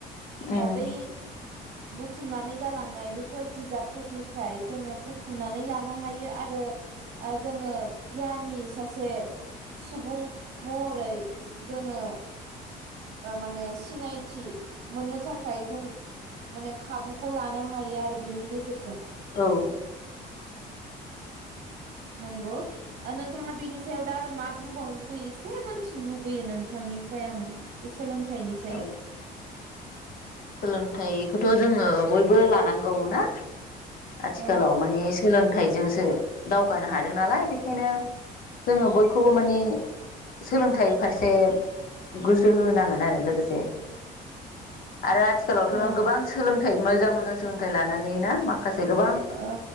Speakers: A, on the left; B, on the right.
A: उम
B: ओ बै बुथुमनानै गालांनाय बेैफोर बिजाबफोरनिफ्राय जोङो बुथुमनानै लानो हायो आरो ओ जोङो गियानि सासे सुबुं महरै जोङो ओ माने सिनायथि मोननो थाखाय जों माने खाबुखौ लानो हायो आरो बेनि गेजेरजों।
A: औ।
B: नोंगौ, नोंथाङा बेनि सायाव दा आरो मा बुंबावनो लुुबैयो एसे मोनथिनो लुबैयो नोंथांनिफ्राय आङो। बे सोलों थाइनि सायाव।
A: औ सोलोंथाइखौथ' जोङो बयबो लानांगौ ना? आथिखालाव
B: औ
A: माने सोलों थाइजोंसो दावगानो हादों नालाय बेखायनो जोङो बयखौबो मानि सोलोंथाइ फारसे गोस सो होनांगोन आरो लोगोसे। आरो आथिखालावथ'
B: ओं
A: नों गोबां सोलों थाइ मोजां मोजां सोलोंथाइ लानानै ना मा खासे गोबां
B: ओ